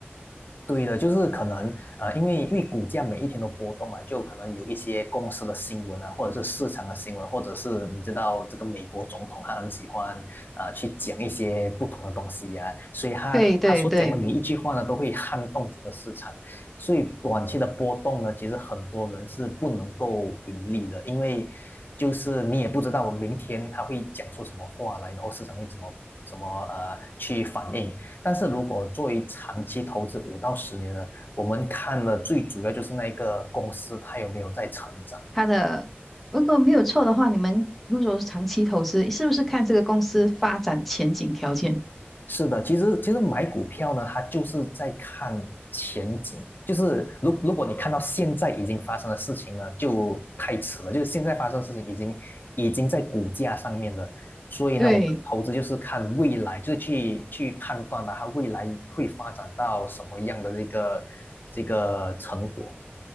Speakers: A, on the left; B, in the centre.
A: 对的，就是可能呃，因为因为股价每一天都波动嘛，就可能有一些公司的新闻啊，或者是市场的新闻，或者是你知道这个美国总统他很喜欢啊呃去讲一些不同的东西呀、啊所以他他所讲的每一句话呢，
B: 对对对。
A: 都会撼动整个市场。所以短期的波动呢，其实很多人是不能够盈利的，因为就是你也不知道明天他会讲出什么话来，然后市场会怎么怎么呃去反应。但是如果作为长期投资五到十年的，我们看的最主要就是那一个公司它有没有在成长。
B: 它的如果没有错的话，你们如果是长期投资，是不是看这个公司发展前景条件？
A: 是的，其实其实买股票呢，它就是在看前景，就是如如果你看到现在已经发生的事情呢，就太迟了，就是现在发生的事情已经已经在股价上面了。所以呢，
B: 对，
A: 我们投资就是看未来，就是去去判断吧，它未来会发展到什么样的这个这个成果。